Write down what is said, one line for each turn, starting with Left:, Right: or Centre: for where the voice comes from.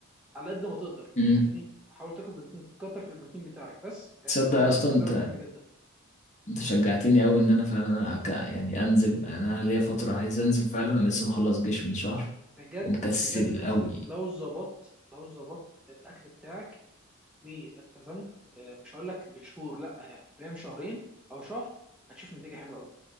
Centre: على قد ما تقدر
Left: امم
Centre: فاهمني حاول تاكل بروتين كتر في البروتين بتاعك بس يعني
Left: تصدق
Centre: الكارب
Left: اصلا
Centre: بالنسبه لك مهم جدا
Left: انت شجعتني قوي ان انا فعلا أك... يعني انزل يعني انا ليا فتره عايز انزل فعلا انا لسه مخلص جيش من شهر
Centre: بجد
Left: ومكسل
Centre: بجد
Left: قوي
Centre: لو ظبطت لو ظبطت الاكل بتاعك والتزمت آه، مش هقول لك لشهور لا يعني فاهم شهرين او شهر هتشوف نتيجه حلوه قوي